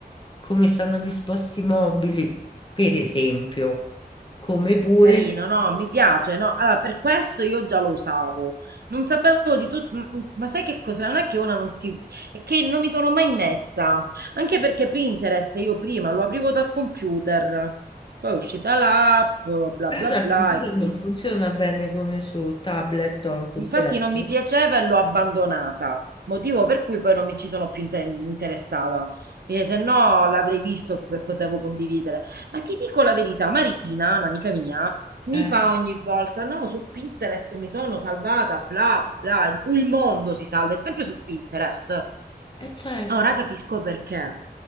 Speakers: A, on the left; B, on the right.
A: come stanno disposti i mobili, per esempio, come pure...
B: Carino, no, mi piace, no. Allora, per questo io già lo usavo. Non sapevo di tutto, ma sai che cosa? Non è che una non si... è che non mi sono mai messa. Anche perché Pinterest io prima lo aprivo dal computer, poi è uscita l'app, bla
A: Però
B: bla
A: dal
B: bla,
A: computer
B: e quindi...
A: non funziona bene come sul tablet o sul
B: Infatti
A: telefono.
B: non mi piaceva e l'ho abbandonata, motivo per cui poi non mi ci sono più inte- interessata, perché se no l'avrei visto che potevo condividere. Ma ti dico la verità, Marina, un'amica mia, mi
A: Eh,
B: fa ogni volta, no, su Pinterest mi sono salvata, bla bla, il mondo si salva, è sempre su Pinterest.
A: eh, certo.
B: Ora capisco perché.